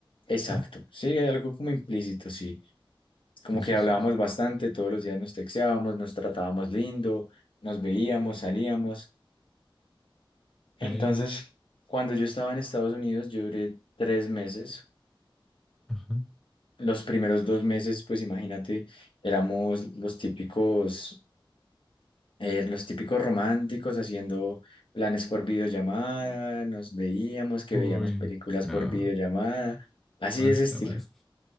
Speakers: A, on the left; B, in the centre.
A: exacto,
B: ¿no?
A: sí, hay algo como implícito, sí. como
B: Sí,
A: que
B: sí,
A: hablábamos
B: sí. sí.
A: bastante, todos los días nos texteábamos, nos tratábamos lindo, nos veíamos, salíamos. Entonces,
B: Pero,
A: cuando yo estaba en Estados Unidos, yo duré tres meses.
B: ajá.
A: Los primeros dos meses, pues imagínate, éramos los típicos, eh, los típicos románticos haciendo planes por videollamada, nos veíamos, que
B: Uy,
A: veíamos películas
B: no,
A: por videollamada, así
B: basta,
A: de ese estilo.
B: basta.
A: O